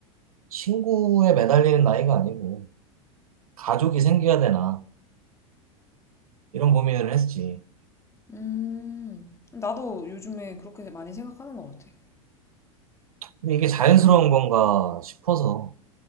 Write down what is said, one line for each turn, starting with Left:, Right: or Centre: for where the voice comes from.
Right: 친구에 매달리는 나이가 아니고 가족이 생겨야 되나 이런 고민을 했지.
Left: 음, 나도 요즘에 그렇게 많이 생각하는 것 같아.
Right: 근데 이게 자연스러운 건가 싶어서